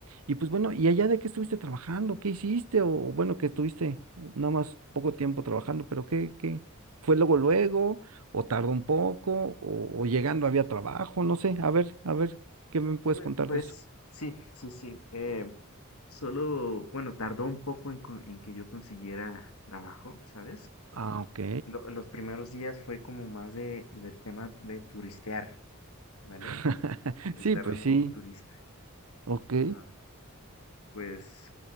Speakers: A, on the right (about 75°); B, on the left (about 85°).
A: Y pues bueno, ¿y allá de qué estuviste trabajando? ¿Qué hiciste? O bueno, que estuviste nada más poco tiempo trabajando, pero ¿qué, qué? ¿Fue luego luego? ¿O tardó un poco? ¿O, o llegando había trabajo? No sé, a ver, a ver, ¿qué me puedes
B: Pues,
A: contar
B: pues
A: de eso?
B: sí, sí, sí. eh, Solo, bueno, tardó un poco en, con- en que yo consiguiera trabajo, ¿sabes?
A: Ah, ok.
B: Lo- los primeros días fue como más de, del tema de turistear, ¿vale?
A: <laughs>
B: Turistear
A: Sí, pues
B: de modo
A: sí,
B: turista.
A: ok.
B: Ah, pues